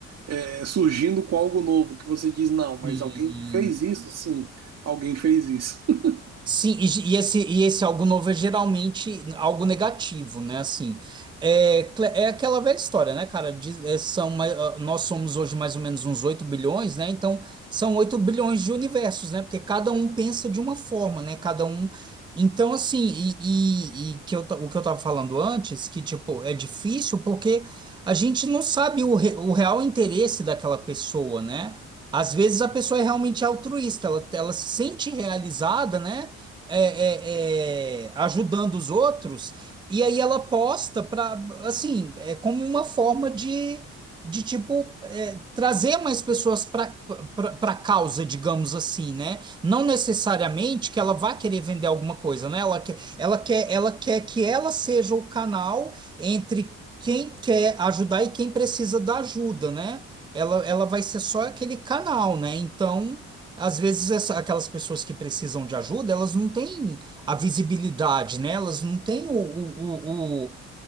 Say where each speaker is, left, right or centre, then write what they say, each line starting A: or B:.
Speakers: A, on the right; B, on the right.
A: é, surgindo com algo novo, que você diz, não, mas
B: Sim.
A: alguém fez isso? Sim, alguém fez isso. <laughs>
B: Sim, e, ge- e esse, e esse algo novo é geralmente algo negativo, né? Assim, é, cl- é aquela velha história, né, cara? Diz- é, são, ma- ah, nós somos hoje mais ou menos uns 8 bilhões, né? Então, são 8 bilhões de universos, né? Porque cada um pensa de uma forma, né? Cada um. Então, assim, e, e, e que eu, ta- o que eu tava falando antes, que, tipo, é difícil porque a gente não sabe o, re- o real interesse daquela pessoa, né? Às vezes a pessoa é realmente altruísta, ela, ela se sente realizada, né? é, é, é, ajudando os outros, e aí ela posta para, assim, é como uma forma de, de tipo, é, trazer mais pessoas para a causa, digamos assim, né? Não necessariamente que ela vá querer vender alguma coisa, né? Ela quer, ela quer, ela quer que ela seja o canal entre quem quer ajudar e quem precisa da ajuda, né? Ela, ela vai ser só aquele canal, né? Então, às vezes essa- aquelas pessoas que precisam de ajuda, elas não têm a visibilidade, né? Elas não têm o, o, o, o,